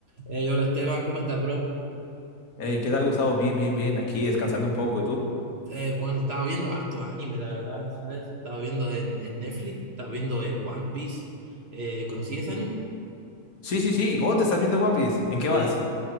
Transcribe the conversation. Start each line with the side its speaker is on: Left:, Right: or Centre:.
Right: Hey, hola Esteban, ¿cómo estás, bro?
Left: Hey, ¿qué tal, Gustavo? Bien, bien, bien. Aquí descansando un poco. ¿Y tú?
Right: Eh, bueno, estaba viendo harto anime, la verdad, ¿sabes? Estaba viendo en, en Netflix, estaba viendo eh, One Piece. Eh, ¿conocí ese anime?
Left: Sí, sí, sí. Oh, te estás viendo One Piece. ¿En
Right: Sí.
Left: qué vas?